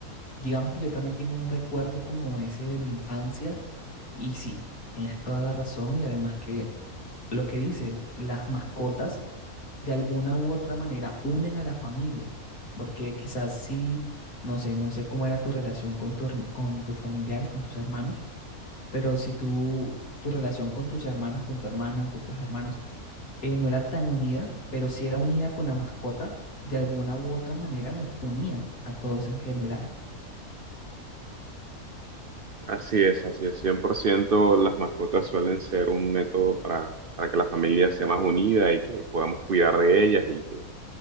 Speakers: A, on the left; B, on the right.
A: digamos que yo también tengo un recuerdo como ese de la infancia y sí, tienes toda la razón y además que lo que dices, las mascotas de alguna u otra manera unen a la familia, porque quizás sí, no sé, no sé cómo era tu relación con, tu herm- con tus familiares, con tus hermanos, pero si tú, tu relación con tus hermanas, con tu hermana, con tus hermanos, eh, no era tan unida, pero si era unida con la mascota, de alguna u otra manera los unía a todos en general.
B: Así es, así es. 100%. las mascotas suelen ser un método para, para que la familia sea más unida y que podamos cuidar de ellas y que